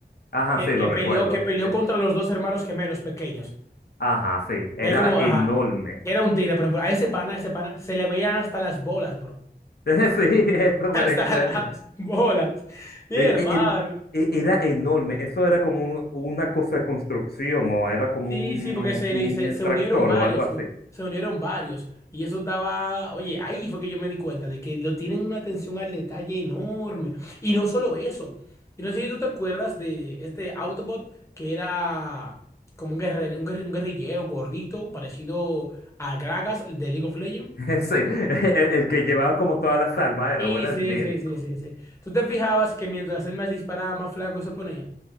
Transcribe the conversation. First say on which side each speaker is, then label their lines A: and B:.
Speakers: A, on the left; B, on the left.
A: Ajá,
B: Que,
A: sí,
B: que
A: lo
B: peleó,
A: recuerdo.
B: que peleó
A: que-
B: contra los dos hermanos gemelos pequeños.
A: Ajá, sí, era
B: Que era como,
A: enorme.
B: ajá, que era un tigre, por ejemplo, a ese pana, a ese pana, se le veían hasta las bolas, bro.
A: <laughs> Sí, eso
B: <laughs>
A: me
B: Hasta
A: recuerdo.
B: las bolas. Mi
A: Eh,
B: hermano.
A: eh, em- eh, Era enorme, eso era como un- una cosa de construcción o era como
B: Sí,
A: un,
B: sí, porque se,
A: un
B: le- se,
A: extractor
B: se unieron varios,
A: o algo así.
B: se, se unieron varios. Y eso estaba, oye, ahí fue que yo me di cuenta de que lo tienen una atención al detalle enorme. Y no solo eso. Y no sé si tú te acuerdas de este Autobot, que era como un guerrero, un guerri- un guerrillero gordito, parecido a Gragas de League of Legends.
A: <laughs> Sí, el, el que llevaba como todas las almas
B: Y
A: era o era
B: sí,
A: el médico.
B: sí, sí, sí, sí. Tú te fijabas que mientras él más disparaba, más flaco se ponía.